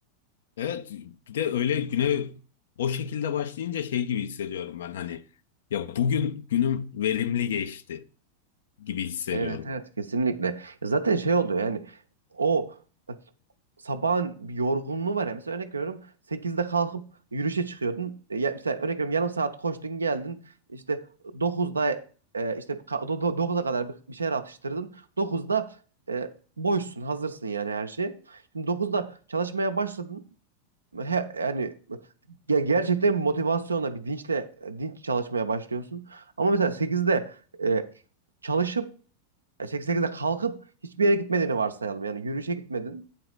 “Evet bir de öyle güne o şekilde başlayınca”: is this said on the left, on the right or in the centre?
Left